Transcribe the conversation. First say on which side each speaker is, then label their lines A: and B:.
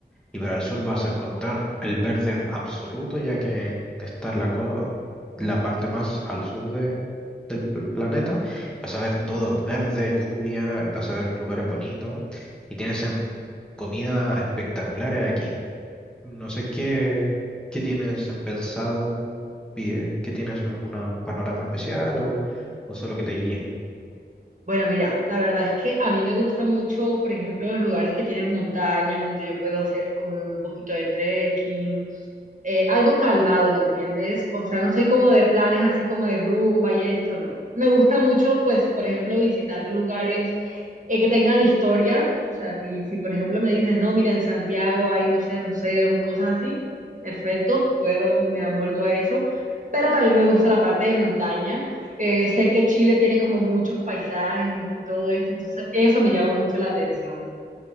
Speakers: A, in the centre; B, on the right.
A: Y para el sur vas a encontrar el verde absoluto, ya que está en la, co- la parte más al sur de, del pl- planeta. Vas a ver todo verde, lluvia, vas a ver lugares bonitos y tienes en comida espectacular aquí. No sé qué, qué tienes en pensado, pie, qué tienes algún panorama especial o, o solo que te guíe.
B: Bueno, mira, la verdad es que a mí me gusta mucho, por ejemplo, los lugares que tienen montañas en donde yo puedo hacer como un poquito de trekking eh, algo calmado, ¿me entiendes? O sea, no soy como de planes así como de rumba y esto, no. Me gusta mucho, pues, por ejemplo, visitar lugares eh, que tengan historia. O sea, si, si, por ejemplo, me dicen, no, mira, en Santiago hay, no sé, museos y cosas así, perfecto, puedo, me amoldo a eso. Pero también me gusta la parte de montaña. Eh, sé que Chile tiene como muchos paisajes y, y todo esto, entonces eso me llama mucho la atención.